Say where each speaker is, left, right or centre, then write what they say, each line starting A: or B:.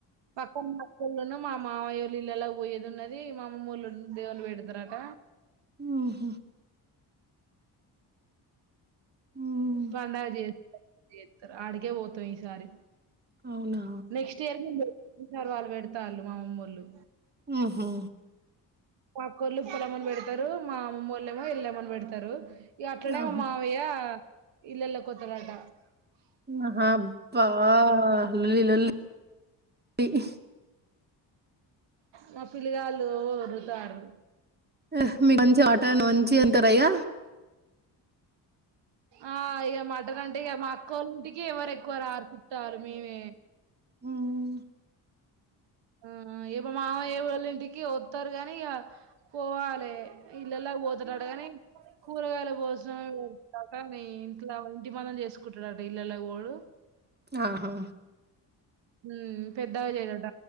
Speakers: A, on the right; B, on the right.
A: తర్ మధ్యలున్న మా మావయ్యోల్ల ఇల్లల్ల వొయ్యేది ఉన్నదీ, మా అమమ్మోళ్ళు దేవళ్ళు వెడతరట.
B: ఊహు ఉమ్
A: పండగ జే జేత్తరు ఆడికే వోతవ్ ఈసారి
B: అవునా
A: నెక్స్ట్ ఇయరు <unintelligible> వాళ్ళు వెడతాళ్ళు మా అమమ్మోల్లు.
B: ఉహు
A: మా అక్కోళ్ళు పొలమ్మని పెడతరు, మా అమమ్మోళ్ళేమో ఎల్లమని పెడతరు. ఇగ అట్లనే
B: ఆహా
A: మా మావయ్యా ఇల్లల్లక్ వోతడంట
B: అహా అబ్బా లొల్లి లొల్లి <inaudible>
A: మా పిల్లిగాళ్ళు వర్రుతారు
B: అహ్ మీ మంచిగ మటన్ మంచిగ ఇంటర ఇగ
A: ఆ ఇగ మటన్ అంటే ఇగ మా అక్కోళింటికి ఎవరు ఎక్కువ రారు చుట్టాలు మేమే
B: ఉమ్,
A: ఆ <unintelligible> మా మామయ్య వాళ్ళ ఇంటికి వత్తరు గానీ ఇగ పోవాలే, ఇల్లల్లక్ వోతుర. టగాని కూరగాయల భోజనాలు పెడతారని ఇంట్లో ఇంటి పనులు చేసు కుట్టడట ఇళ్లల్లోకి పోడు.
B: ఆహా
A: మ్మ్ పె డాగేదట